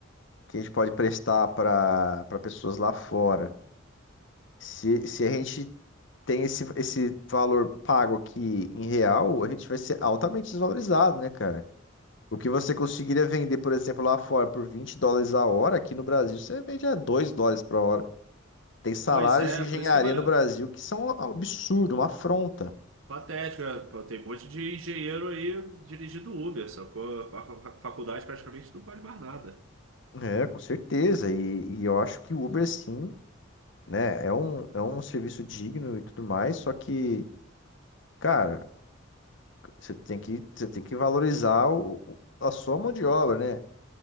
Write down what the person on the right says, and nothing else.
Pois é,
por isso que vale.
a-
Patético, né? Pô, Tem um monte de engenheiro aí dirigindo Uber, só que a faculdade praticamente não vale mais nada.